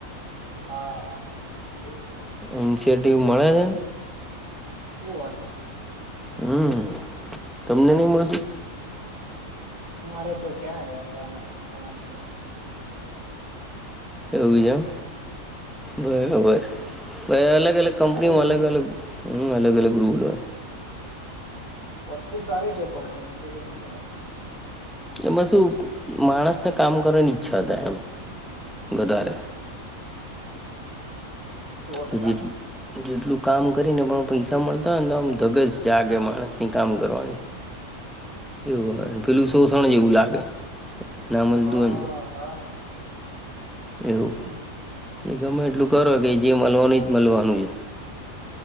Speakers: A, on the right; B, in the centre.
A: હા હા. <unintelligible>
B: એનસીઆરતી મળેને.
A: શું વાત છે.
B: હમ,
A: સરસ
B: તમને ની મળતું.
A: મારે તો ક્યાં યાર એવા નાસીબ તમારી જેવા.
B: એવુજ એમ, બરોબર. અલગ અલગ
A: સારી
B: કંપનીઓમાં
A: વસ્તુ
B: અલગ અલગ હ અલગ અલગ રૂલ હોય.
A: વસ્તુ સારી છે પણ એન્સીિડમ છેને.
B: બસું માણસને કામ કરવાની ઈચ્છા હતા એમ. ગદારે.
A: સો
B: કે
A: ટકા
B: જે જેટલું કામ. કરીને પણ પૈસા મળતા હોય ને તો આમ ધગસ જાગે માણસની કામ કરવાની. એવું હોય પેલું શોષણ જે એવું લાગે. ના મળતું
A: હા
B: હોય
A: હા હ.
B: ને તો એવું ગમે એટલું કરો કે જે મળવાનું જ મળવાનું છે.